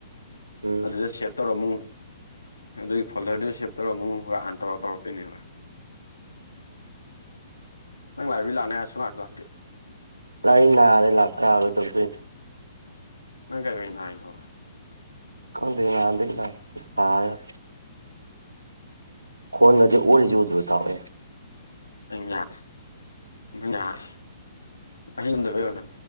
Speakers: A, on the right (about 85°); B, on the left (about 80°).
A: ꯎꯝ
B: ꯑꯗꯨꯗ ꯁꯦꯚ ꯇꯧꯔꯝꯃꯨ ꯑꯗꯨꯒꯤ ꯐꯣꯗꯔꯗꯦ ꯆꯦꯞꯇꯔ ꯑꯃꯨꯛ ꯈ ꯑꯟꯇꯔ ꯇꯧꯔꯛꯛꯇꯅꯦꯕ ꯅꯪ ꯂꯥꯛꯕꯤ ꯂꯅꯤ ꯍꯥꯏ ꯁꯣꯅꯒ ꯂꯥꯛꯀꯦ
A: ꯂ ꯅ ꯑꯔꯦ ꯂꯥꯛꯇꯥ ꯍꯥꯏꯦ ꯇꯧ ꯀ
B: ꯅꯪ ꯀꯔꯤꯒꯤ ꯅꯥꯏꯅꯣ
A: ꯈꯡꯗꯦ ꯌꯥꯗꯣꯏꯔꯥ ꯄꯒꯗꯔꯥ ꯈꯣꯜꯂꯥꯁꯦ ꯑꯣꯂꯤꯁꯦ ꯎꯗꯔꯥ ꯏꯇꯥꯑꯣꯏ
B: ꯑ ꯌꯥꯔꯦ ꯌꯥꯔꯦ ꯑꯍꯤꯡ ꯑꯃꯗꯕꯣ